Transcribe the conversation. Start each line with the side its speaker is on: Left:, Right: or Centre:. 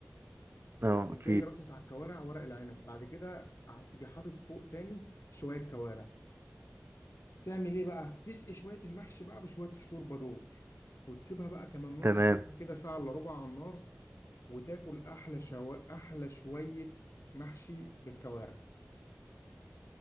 Right: اه
Left: جاي
Right: اكيد
Left: رصص على الكوارع ورق العنب بعد كده ع- تيجي حاطط فوق تاني شوية كوارع تعمل ايه بقى تسقي شويه المحشي بقى بشويه الشوربه دول وتسيبها بقى كمان نص
Right: تمام
Left: ساعه كده ساعه الا ربع على النار وتاكل احلى شو... احلى شويه محشي بالكوارع